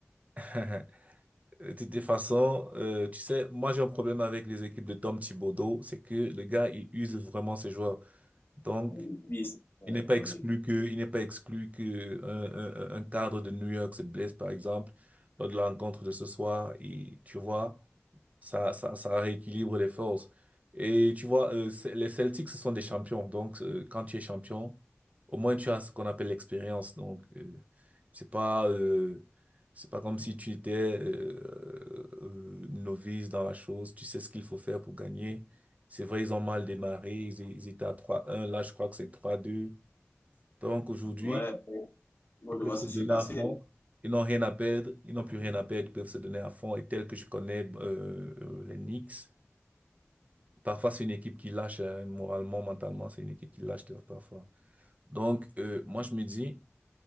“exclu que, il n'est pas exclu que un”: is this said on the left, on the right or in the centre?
Right